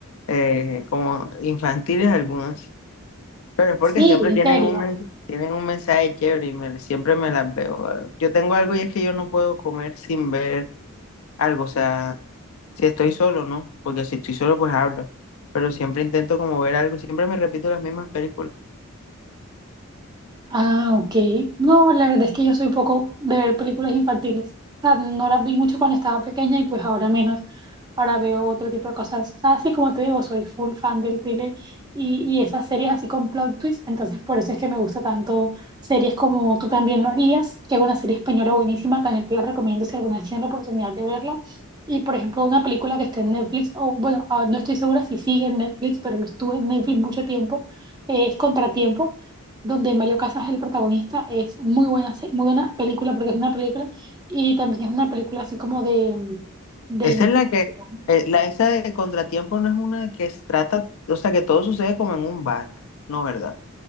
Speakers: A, on the left (about 70°); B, on the right (about 20°).
A: eh, como infantiles algunas, pero es porque
B: Sí,
A: siempre
B: en
A: tienen
B: serio.
A: un, men- tienen un mensaje chévere y me- siempre me las veo. Yo tengo algo y es que yo no puedo comer sin ver algo, o sea, si estoy solo, ¿no? Porque si estoy solo, pues hablo, pero siempre intento como ver algo, siempre me repito las mismas películas.
B: Ah, ok. No, la verdad es que yo soy poco de ver películas infantiles. O sea, no las vi mucho cuando estaba pequeña y pues ahora menos. Ahora veo otro tipo de cosas. O sea, así como te digo, soy full fan del thriller y, y esas series así con plot twist. Entonces, por eso es que me gusta tanto series como Tú también lo harías, que es una serie española buenísima. También te la recomiendo si alguna vez tienes la oportunidad de verla. Y, por ejemplo, una película que está en Netflix, o bueno, ah, no estoy segura si sigue en Netflix, pero estuvo en Netflix mucho tiempo, eh, es Contratiempo donde Mario Casas es el protagonista. Es muy buena, se- muy buena película porque es una película y también es una película así como de, de
A: Esa
B: investigación.
A: es la que, eh, la, esa de Contratiempo no es una que se trata, o sea, que todo sucede como en un bar, ¿no, verdad?